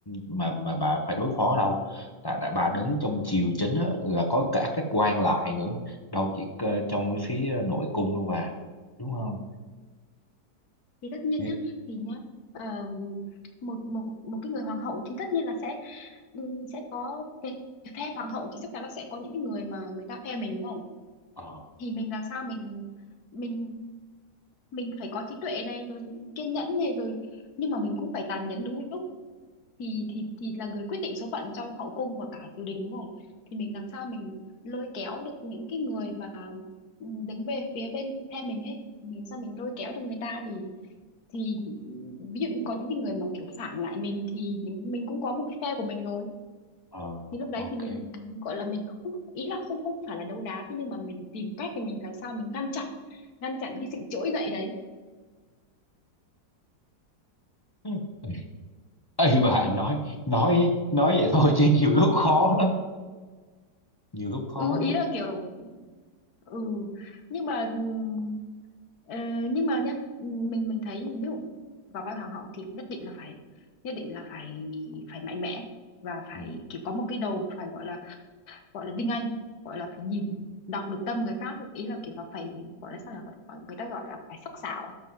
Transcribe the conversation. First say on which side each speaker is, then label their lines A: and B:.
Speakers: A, on the left; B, on the left.
A: mà mà bà phải đối phó đâu là đã bà đứng trong triều chính á, là có cả các quan lại nữa đâu chỉ ờ, trong cái phía ờ, nội cung đâu bà đúng không
B: thì tất nhiên
A: Nghĩ-
B: nhá thì nhá ờm, một một một cái người hoàng hậu thì tất nhiên là sẽ ừ, sẽ có về phe hoàng hậu thì chắc chắn là sẽ có những cái người mà người ta phe mình đúng không
A: ờ
B: thì mình làm sao mình mình mình phải có trí tuệ này rồi kiên nhẫn này rồi nhưng mà mình cũng phải tàn nhẫn đúng lúc thì thì thì là người quyết định số phận trong hậu cung và cả triều đình đúng không thì mình làm sao mình lôi kéo được những cái người mà ừ, đứng về phía bên phe mình ấy mình sao mình lôi kéo được người ta thì thì ví dụ như có những cái người mà kiểu phản lại mình thì những mình cũng có một cái phe của mình rồi
A: ờ
B: thì lúc đấy
A: ok
B: thì mình gọi là mình không ý là không không phải là đấu đá thế nhưng mà mình tìm cách thì mình làm sao mình ngăn chặn ngăn chặn cái sự trỗi dậy đấy
A: Ừ. <laughs> ấy bà nói nói nói vậy thôi chứ nhiều lúc khó lắm nhiều lúc khó
B: ừ
A: lắm
B: ý là kiểu ừ nhưng mà ừm, ờ, nhưng mà nhá ừ, mình mình thấy ví dụ vào vai hoàng hậu thì nhất định là phải nhất định là phải phải mạnh mẽ và phải
A: Ừ.
B: kiểu có một cái đầu phải gọi là gọi là tinh anh gọi là phải nhìn đọc được tâm người khác ý là kiểu là phải gọi là sao là gọi- người ta gọi là phải sắc sảo